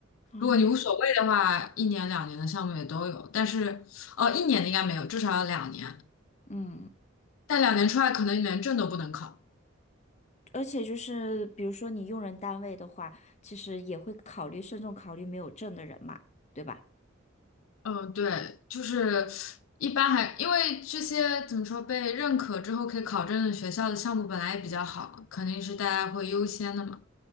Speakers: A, on the left; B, on the left.
A: 哦，
B: 如果你无所谓的话，一年、两年的项目也都有，但是，哦，一年的应该没有，至少要两年。
A: 嗯，
B: 但两年出来，可能你连证都不能考。
A: 而且就是比如说你用人单位的话，其实也会考虑慎重考虑没有证的人嘛，对吧？
B: 嗯，对，就是一般还因为这些怎么说被认可之后可以考证的学校的项目本来也比较好，肯定是大家会优先的嘛。